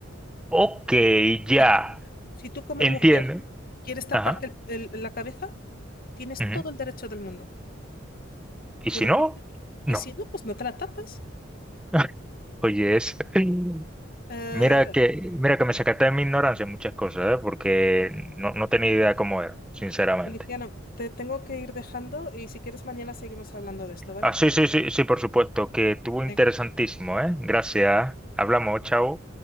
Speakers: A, in the centre; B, on the left (about 50°).
A: ok, ya,
B: Si tú, si tú como
A: entiendo.
B: mujer quieres taparte
A: Ajá.
B: el- el- la cabeza, tienes
A: ujú.
B: todo el derecho del mundo.
A: Y
B: Pero
A: si no,
B: si,
A: no.
B: y si no, pues no te la tapas.
A: <laughs> Oye, es... <laughs>
B: Eh,
A: Mira que, mira que me sacaste de mi ignorancia en muchas cosas, ¿eh? Porque no, no tenía idea cómo era, sinceramente.
B: Feliciano, te tengo que ir dejando y si quieres mañana seguimos hablando de esto, ¿vale?
A: Ah, sí, sí, sí, sí, por supuesto, que estuvo interesantísimo,
B: Venga.
A: ¿eh? Gracias. Hablamos, chao.